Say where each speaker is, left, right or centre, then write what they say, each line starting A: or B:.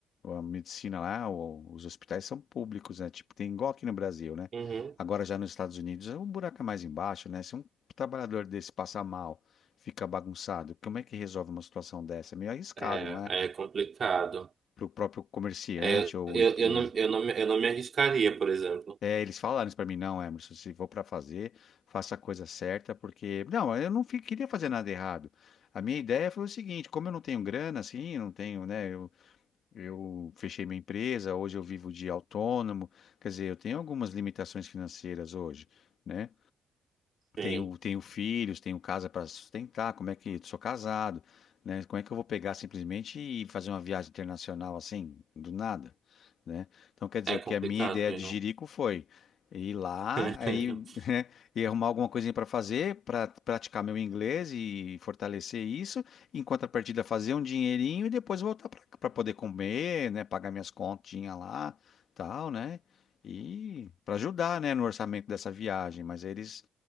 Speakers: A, on the left (about 60°); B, on the right (about 50°).
A: a medicina lá, o- os hospitais são públicos, né? Tipo, tem igual aqui no Brasil, né?
B: Uhum.
A: Agora já nos Estados Unidos, o buraco é mais embaixo, né? Se um trabalhador desse passar mal, fica bagunçado, como é que resolve uma situação dessa? É meio arriscado,
B: É,
A: não é?
B: é complicado.
A: Para o próprio comerciante
B: É, eu,
A: ou,
B: eu, eu
A: né?
B: não, eu não, me- eu não me arriscaria, por exemplo.
A: É, eles falaram isso para mim, não, Emerson, se for para fazer, faça a coisa certa, porque não, eu não fi- queria fazer nada errado. A minha ideia foi o seguinte, como eu não tenho grana, assim, não tenho, né? eu Eu fechei minha empresa, hoje eu vivo de autônomo, quer dizer, eu tenho algumas limitações financeiras hoje, né?
B: Sim,
A: Tenho, tenho filhos, tenho casa para sustentar, como é que sou casado, né? Como é que eu vou pegar simplesmente e fazer uma viagem internacional assim, do nada, né? Então, quer dizer,
B: é
A: o que
B: complicado
A: a minha ideia
B: mesmo.
A: de Jerico foi ir lá,
B: <laughs>
A: aí, <laughs> né, e arrumar alguma coisinha para fazer, para praticar meu inglês e fortalecer isso, em contrapartida fazer um dinheirinho e depois voltar para poder comer, né, pagar minhas continhas lá, tal, né? E para ajudar, né, no orçamento dessa viagem, mas eles